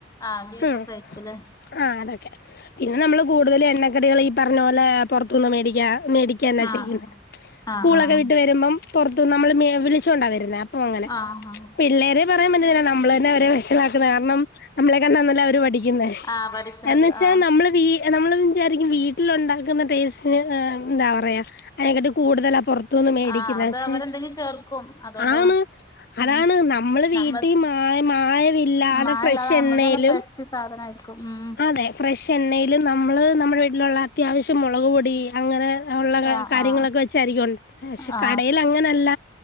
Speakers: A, on the left; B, on the left.
A: ആഹ് ബീഫൊക്കെ
B: ഉം
A: കഴിക്കൂലേ
B: ആഹ് അതൊക്കെ പിന്നെ നമ്മള് കൂടുതൽ എണ്ണക്കടികൾ ഈ പറഞ്ഞ പോലെ പുറത്തുന്ന് മേടിക്ക മേടി ക്കഎന്നാ
A: ആഹ്
B: ചെയ്യ്ന്നേ സ്കൂളൊക്കെ
A: ആഹ് ആഹ്
B: വിട്ട് വരുമ്പം പൊർത്ത്ന്ന് നമ്മള് മേ വിളിച്ചോണ്ടാ വരുന്നേ അപ്പ ഓ അങ്ങനെ
A: ആഹ് ആഹ്
B: പിള്ളേരെ പറയാൻ പറ്റുന്നില്ല നമ്മള് തന്നെ അവരെ വഷളാക്കുന്നത് കാരണം നമ്മളെ കണ്ടന്നല്ലേ അവര് പഠിക്ക്ന്നേ
A: ആ പഠിക്കണത്
B: എന്ന് വെച്ചാ
A: ആ
B: നമ്മള് വീ ഏനമ്മള് വിചാരിക്കും വീട്ടിലുണ്ടാക്കുന്ന ടേസ്റ്റിന് ഏ ആ എന്താ പറയ്യാ അയിനെക്കാട്ടി കൂടുതലാ പൊർ തുന്ന് മേടിക്കുന്ന
A: ആ അത്
B: ക്ഷെ
A: അവരെന്തെങ്കിലും ചേർക്കും അതുകൊണ്ടാണ്
B: ആണ്
A: ഉം
B: അതാണ് നമ്മൾ.
A: നമ്മ
B: വീട്ടീ മായ മായമില്ലാതെ
A: മഴല്ലാതെ
B: ഫ്രഷ്
A: നമ്മ
B: എണ്ണയിലും
A: നല്ല പച്ച സാധനായിരിക്കും ഉം
B: അതെ ഫ്രഷ് എണ്ണയിലും നമ്മള് നമ്മുടെ വീട്ടിലുള്ള അത്യാവശ്യം മുളക് പൊടി. അങ്ങനെ ഉള്ള
A: ആ
B: കാര്യങ്ങളൊക്കെ
A: ആ
B: വെച്ചായിരിക്കുംണ്ട് പക്ഷേ
A: ആ
B: കടയിലങ്ങനല്ല